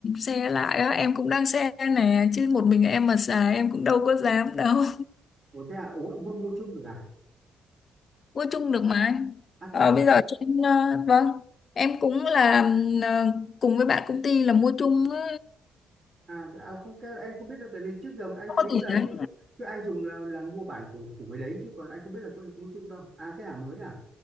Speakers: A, on the left; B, on the right.
A: share lại á? em cũng đang share nè chứ một mình em mà xài em cũng đâu có dám đâu
B: ủa thế à ủa mua mua chung được à
A: mua chung được mà.
B: à thế
A: Ờ,
B: à
A: bây giờ trên ờ, vâng, em cũng là ờ, cùng với bạn công ty là mua chung ờ,
B: à, à không cái anh không biết đâu tại vì trước giờ anh
A: không có
B: thấy
A: tỷ
B: là
A: đấy.
B: cái cái anh dùng là là mua bản của của cái đấy chứ còn anh không biết là có được mua chung đâu à thế à mới à